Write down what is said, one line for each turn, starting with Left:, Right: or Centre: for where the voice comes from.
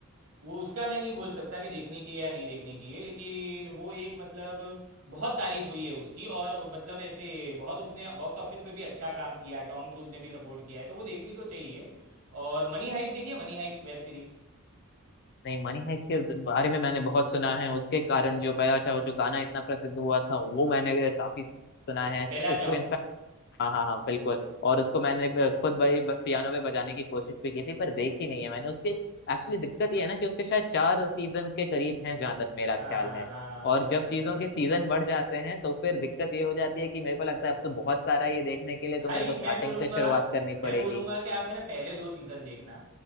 Right: वो उसका मैं नहीं बोल सकता कि देखनी चाहिए या नहीं देखनी चाहिए लेकिन वो एक मतलब बहुत तारीफ हुई है उसकी और मतलब ऐसे बहुत उसने बॉक्स ऑफिस पे भी अच्छा काम किया टॉम क्रूज ने भी सपोर्ट किया है तो वो देखनी तो चाहिए और मनी हाइस्ट देखिए मनी हाइस्ट वेब सीरीज
Left: नहीं मनी है इसके बारे में मैंने बहुत सुना है उसके कारण जो पहला चाहो जो गाना इतना प्रसिद्ध हुआ था वो मैंने काफी सुना है
Right: वो बेला
Left: उसको
Right: चाव
Left: इनफैक्ट हाँ हाँ हाँ बिल्कुल और उसको मैंने खुद बड़ी पियानो पे बजाने की कोशिश भी की थी पर देखी नहीं है मैंने उसके एक्चुअली दिक्कत ये है ना कि उसके शायद चार सीजन के करीब हैं जहां तक मेरा
Right: हाँ
Left: ख्याल है
Right: हाँ
Left: और
Right: बराबर
Left: जब चीजों
Right: बराबर
Left: के सीजन बढ़ जाते हैं तो फिर दिक्कत ये हो जाती है कि मेरे को लगता है अब तो बहुत सारा है ये देखने के लिए
Right: भाई
Left: तो मेरे को स्टार्टिंग
Right: मैं बोलूँगा
Left: से शुरुआत करनी
Right: मैं
Left: पड़ेगी
Right: बोलूँगा कि आप है ना पहले दो सीज़न देखना